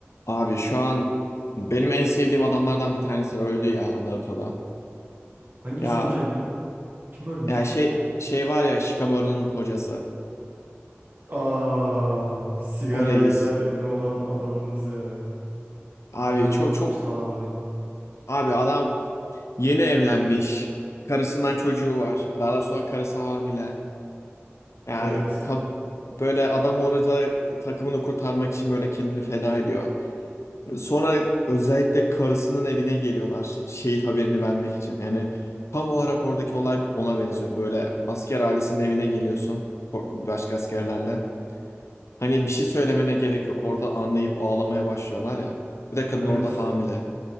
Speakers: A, on the left (about 80°); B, on the right (about 45°).
A: Abi şu an benim en sevdiğim adamlardan bir tanesi öldü ya Naruto'da.
B: Hangisi
A: Ya
B: hocam ya? Kim ölmüş?
A: ya şey şey var ya Shikamaru'nun hocası.
B: Aa, sigarayla
A: O reis.
B: ünlü olan adamımız ya.
A: Abi
B: Hocam
A: çok
B: o çok
A: çok
B: sağlamdı.
A: abi adam yeni evlenmiş. Karısından çocuğu var. Daha doğrusu karısı hamile. Yani
B: Evet.
A: kad- böyle adam orada takımını kurtarmak için böyle kendini feda ediyor. Sonra özellikle karısının evine geliyorlar şehit haberini vermek için. Yani tam olarak oradaki olay ona benziyordu. Böyle asker ailesinin evine geliyorsun po- başka askerlerle. Hani bir şey söylemene gerek yok. Orada anlayıp ağlamaya başlıyorlar ya. Bir de kadın
B: Evet.
A: orada hamile.